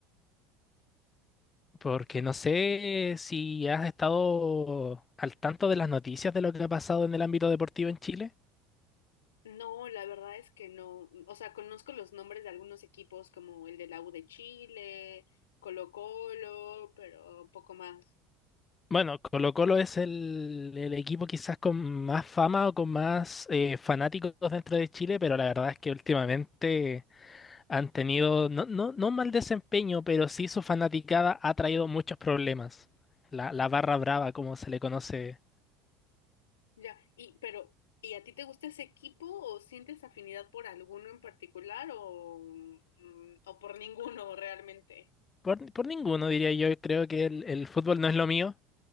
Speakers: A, on the left; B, on the left.
A: Porque no sé si has estado al tanto de las noticias de lo que ha pasado en el ámbito deportivo en Chile.
B: No, la verdad es que no. O sea, conozco los nombres de algunos equipos como el de la U de Chile, Colo-Colo, pero poco más.
A: Bueno, Colo-Colo es el, el equipo quizás con más fama o con más eh, fanáticos dentro de Chile, pero la verdad es que últimamente han tenido, no, no, no mal desempeño, pero sí su fanaticada ha traído muchos problemas. La, la barra brava, como se le conoce,
B: Ya, y pero ¿y a ti te gusta ese equipo o sientes afinidad por alguno en particular o, mm, o por ninguno realmente?
A: por, por ninguno diría yo, creo que el el fútbol no es lo mío